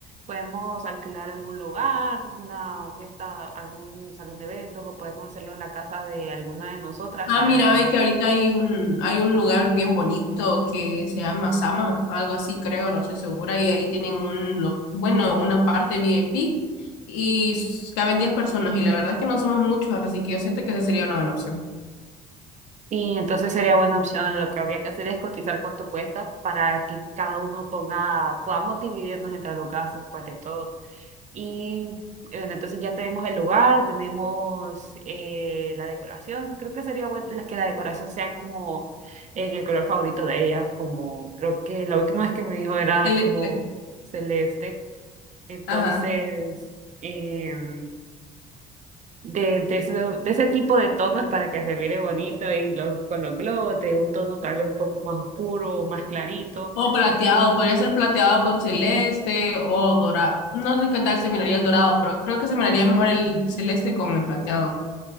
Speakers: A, on the right (about 40°); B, on the left (about 75°).
A: Podemos alquilar algún lugar, una fiesta, algún salón de eventos o podemos hacerlo en la casa de alguna de nosotras
B: Ah,
A: para
B: mira,
A: que...
B: ve que ahorita hay un, hay un lugar bien bonito que se llama Sama, algo así creo, no estoy segura, y ahí tienen un, lo- bueno, una parte VIP y s- caben 10 personas y la verdad es que no somos muchos, así que yo siento que esa sería una buena opción.
A: Y entonces sería buena opción. Lo que habría que hacer es cotizar cuánto cuesta para que cada uno ponga, podamos dividirnos entre los gastos, pues de todo. Y eh, bueno, entonces ya tenemos el lugar, tenemos eh, la decoración. Creo que sería bueno la- que la decoración sea como en el color favorito de ella, como creo que la última vez que me dijo era
B: Celeste,
A: como celeste. Entonces,
B: ajá.
A: em, de, de, ese, de ese tipo de tonos para que se mire bonito y los, con los globos, de un tono tal vez un poco más oscuro, más clarito.
B: O plateado, podría ser plateado con celeste o dorado. No sé qué tal se miraría el dorado, pero creo que se miraría mejor el celeste con el plateado.